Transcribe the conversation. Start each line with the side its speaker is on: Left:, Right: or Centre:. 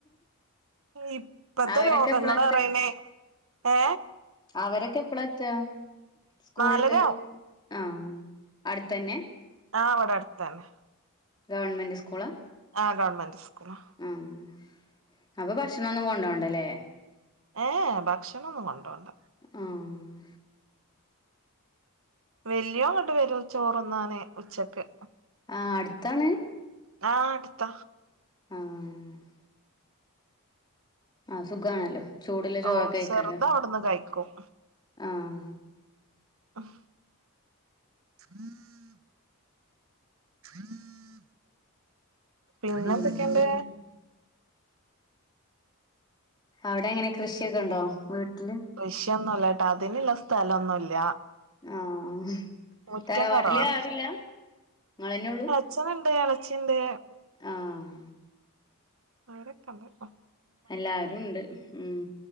Right: ഇപ്പത്തെ
Left: അവരൊക്കെ
Right: രോഗങ്ങളപറിണേ
Left: എപ്പളാ
Right: ഏ
Left: അവരൊക്കെപ്പള ത്ത സ്കൂൾട്ട്
Right: നാലരാവും
Left: ആഹ അട്ത്തു തന്നെ
Right: ആഹ് വ്ടട്താണ്
Left: ഗവൺമെൻറ് സ്കൂളാ
Right: ആ ഗവൺമെന്റ് സ്കൂള
Left: ആ അപ്പൊ ഭഷ്ണൊന്നും കൊണ്ടോണ്ടല്ലെ
Right: ഏ ഭക്ഷണൊന്നും കൊണ്ടോണ്ട
Left: ആഹ്
Right: വല്യോങ്ങട്ട് വെരും ചോറ്ന്നാണ് ഉച്ചക്ക്
Left: ആ അട്ത്താണ്
Right: ആഹ് അട്ത്ത
Left: മ്മ്ഹ് ആഹ് സുഖാണല്ലോ ചൂടുള്ള ചോറൊക്കെ
Right: ഓ
Left: കഴിക്കാലോ
Right: ചെറുത് അവിടുന്ന് കഴിക്കും
Left: ആഹ്
Right: ഉം <inaudible> <inaudible> പിന്നൊന്തൊക്കെണ്ട്
Left: പിന്നെന്താ അവിടെങ്ങനെ കൃഷിയൊക്കെണ്ടോ വീട്ടില്
Right: കൃഷിയൊന്നുംല്ലട്ടോ അതിന്ള്ള സ്ഥലൊന്നുല്ല
Left: ആഹ്
Right: മുറ്റം
Left: തറവാട്ടില്
Right: കുറവാ
Left: ആരുല്ല ങ്ങളെന്നൊള്ളൂ
Right: എളച്ഛന്ണ്ട് എളച്ചിണ്ട്
Left: ആഹ്
Right: വേറെ പണി എത്താ
Left: എല്ലാരും ണ്ട് ഉം